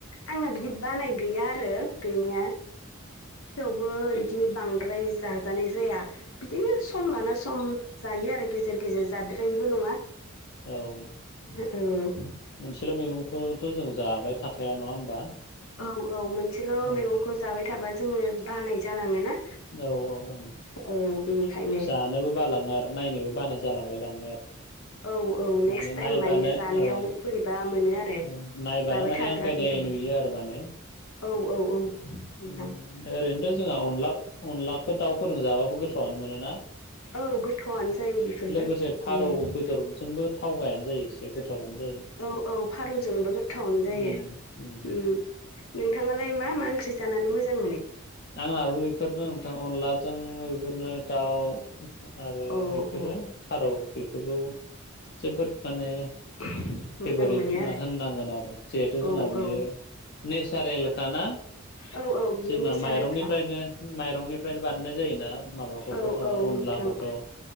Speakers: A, on the left; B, on the left.
A: आंना बिदि बानाय गैया आरो गैनाया थेवबो बिदि बांद्राय जाजानाय जाया बिदिनो सम लाना सम जायो आरो गेजेर गेजेर जाद्रायिबो नङा
B: औ
A: औ
B: मोनसेल' मैगंखौथ' जों जाबाय थाखाया नङा होमबा
A: औ औ मोनसेल'
B: औ
A: मैगंखौ जाबाय थाबा जोङो बानाय जालाङोना
B: औ औ औ
A: औ बेनिखायनो
B: जानोबो बालाङो आरो नायनोबो बानाय जालांलायलाङो आरो
A: औ औ नेक्स्ट
B: माने
A: टाइम
B: नायबानो
A: जानायाव
B: औ
A: बोरैबा मोनो आरो
B: औ नायबानो
A: जाबाय
B: माने
A: थाग्राखौ
B: आं गायनाय
A: जाबा
B: नुयो आरो माने
A: औ औ औ नोंथां
B: उम ओरैनोथ' जोंहा अनला अनलाखौ दाउफोरजों जाबाबो गोथावानो मोनोना
A: औ गोथावआनो जायो बेफोरबो
B: लोगोसे फारौ
A: उम
B: बेदरजोंबो थाव गायानो जायो एसे गोथावनो जायो
A: औ औ फारौजोंबो गोथावानो जायो
B: उम उम
A: नोंथाङालाय मा मा ओंख्रि जानानै मोजां मोनो
B: आंनाबो बेफोरनो नोंथां अनलाजों बेफोरनो दाउ आरो
A: औ
B: एफोरो
A: औ
B: फारौ बेफोरखौ जोबोद माने
A: <inaudible>
B: फेभरेट
A: मोनो
B: होनना
A: आरो
B: होननांगोन आरो जिहेथु जोंना
A: औ
B: बियो
A: औ
B: नेसारेलखा ना
A: औ औ बियो
B: जोंना
A: नेचारेलखा
B: माइरंनिफ्रायनो माइरंनिफ्रायनो बानायनाय जायोना माबाखौथ'
A: औ
B: अनलाखौथ'
A: औ नोंथां
B: द'